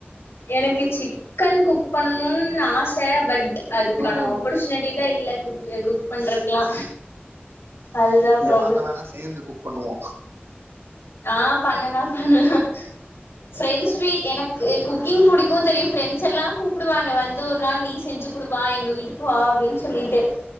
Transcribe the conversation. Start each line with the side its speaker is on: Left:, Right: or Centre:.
Left: எனக்கு சிக்கன் குக் பண்ணணுனு ஆச பட் அதுக்கான
Right: ம்
Left: ஆப்பர்ச்சுன் அப்டிதா இல்ல குக் குக் பண்றக்கலா அதுதா
Right: இங்க
Left: ப்ராப்ளம்
Right: வாங்க வேணா சேர்ந்து குக் பண்ணுவோ
Left: ஆ பண்ணலா பண்ணலா ஃப்ரெண்ட்ஸ் வீட் எனக்கு குக்கிங் பிடிக்கும் தெரியும் ஃப்ரெண்ட்ஸ் எல்லாம் கூப்பிடுவாங்க வந்து ஒரு நாள் நீ செஞ்சு கொடுவா எங்கள் வீட்டுக்கு வா அப்டின்னு சொல்லிட்டு